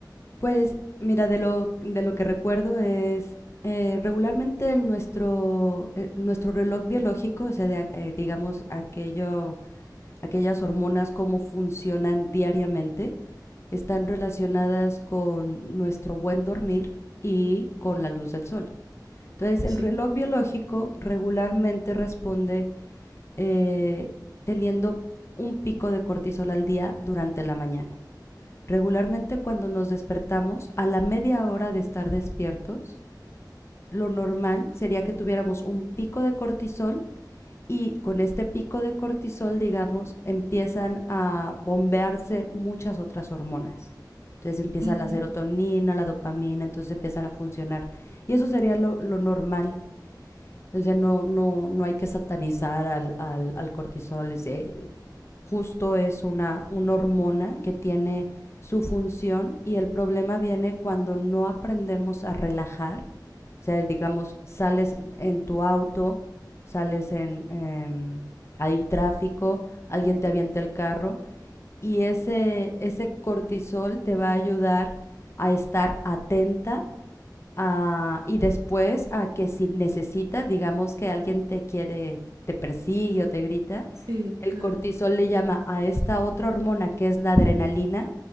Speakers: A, on the left; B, on the right.
A: Pues mira, de lo, de lo que recuerdo es eh, regularmente nuestro, eh, nuestro reloj biológico, o sea, de a- eh, digamos, aquello, aquellas hormonas, cómo funcionan diariamente, están relacionadas con nuestro buen dormir y con la luz del sol. Entonces, el
B: Sí,
A: reloj biológico regularmente responde eh, teniendo un pico de cortisol al día durante la mañana. Regularmente cuando nos despertamos, a la media hora de estar despiertos, lo normal sería que tuviéramos un pico de cortisol y con este pico de cortisol, digamos, empiezan a bombearse muchas otras hormonas. Entonces empieza
B: ujú,
A: la serotonina, la dopamina, entonces empiezan a funcionar. Y eso sería lo, lo normal o sea, no, no, no hay que satanizar al, al, al cortisol. Es, eh, justo es una, una hormona que tiene su función y el problema viene cuando no aprendemos a relajar. O sea, digamos, sales en tu auto, sales en, en hay tráfico, alguien te avienta el carro y ese, ese cortisol te va a ayudar a estar atenta Ah, y después a que si necesitas, digamos que alguien te quiere, te persigue o te grita,
B: Sí,
A: el
B: claro,
A: cortisol le llama a esta otra hormona que es la adrenalina